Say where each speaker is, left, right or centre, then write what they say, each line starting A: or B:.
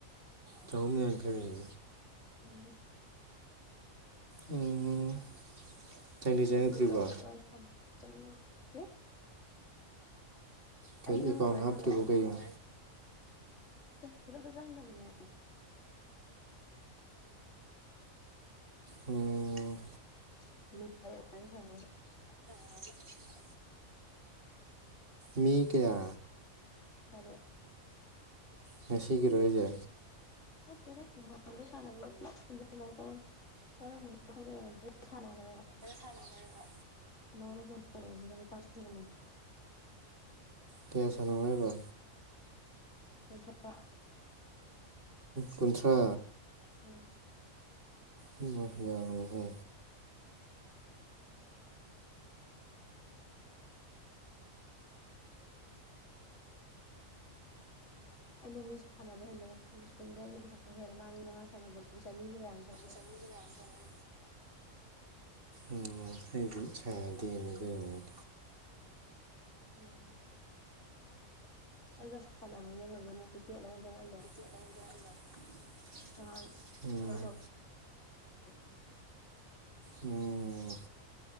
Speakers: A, on the right; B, on the left.
A: ꯆꯥꯍꯨꯝ ꯌꯥꯡꯈꯩ
B: ꯎꯝ
A: ꯎꯝ ꯆꯪꯗꯤ ꯆꯪꯉꯛꯗ꯭ꯔꯤꯕ
B: ꯑꯩ ꯀꯔꯤ ꯋꯥꯔꯤ ꯆꯪꯉꯛꯇ꯭ꯔꯤ
A: ꯀꯔꯤ
B: ꯑꯩ ꯅꯪꯒ
A: ꯑꯦꯀꯥꯎꯟ
B: ꯋꯥꯔꯤ
A: ꯍꯥꯞꯇ꯭ꯔꯤꯕ
B: ꯁꯥꯟꯅꯕꯩ
A: ꯀꯩꯅꯣ
B: ꯈꯨꯗꯛꯇꯥ ꯆꯪꯗꯕꯅꯦ
A: ꯎꯝ ꯑꯣ
B: <unintelligible>
A: <inaudible> ꯃꯤ ꯀꯌꯥ
B: ꯇꯔꯦꯠ
A: ꯉꯁꯤꯒꯤꯔꯣ ꯍꯥꯢꯖꯦ
B: ꯅꯠꯇꯦꯗ ꯅꯍꯥꯟꯒꯩ ꯁꯥꯟꯅꯒꯤꯕ <unintelligible> ꯈꯪꯗꯦ <unintelligible> ꯁꯥꯟꯅꯒ꯭ꯔꯦꯕ꯫
A: ꯁꯥꯅꯗ꯭ꯔꯦꯕ
B: ꯅꯉꯣꯟꯗ ꯐꯣꯟ ꯇꯧꯔꯤꯁꯤꯒ ꯅꯤꯄꯥꯜ ꯁꯨꯕꯅꯦ
A: ꯀꯌꯥ ꯁꯥꯅꯧ ꯍꯥꯏꯕ
B: ꯀꯨꯟꯊ꯭ꯔꯥ
A: ꯀꯨꯟꯊ꯭ꯔꯥ
B: ꯎꯝ
A: <unintelligible> ꯌꯥꯝꯃꯦꯍꯦ
B: <unintelligible> ꯑꯩꯅ ꯃꯤ ꯁꯅꯕ ꯍꯦꯟꯕꯗ ꯑꯩꯅ ꯄꯩꯁꯥ ꯍꯦꯜꯂꯦ ꯃꯥꯒꯤ ꯃꯉꯥ ꯁꯥꯟꯅꯕ ꯆꯅꯤꯒꯌꯥꯅ
A: ꯆꯅꯤꯒ <unintelligible> ꯎꯝ ꯑꯩꯁꯨ ꯁꯥꯟꯅꯗꯦꯅꯦ ꯑꯗꯨꯅꯤꯅꯦ
B: ꯎꯝ ꯑꯩꯒ ꯁꯥꯟꯅ ꯕꯩꯅꯦꯕ ꯍꯧꯖꯤꯛ ꯑꯃꯨꯛ ꯐꯤꯚꯇꯤ ꯑꯩꯠꯂ ꯀꯩꯅꯣꯝ ꯆꯪꯉꯛꯏꯗꯣ
A: <unintelligible>
B: ꯅꯍꯥꯟ
A: ꯎꯝ
B: ꯑꯩ <unintelligible>
A: ꯎꯝ꯫ ꯑꯣ꯫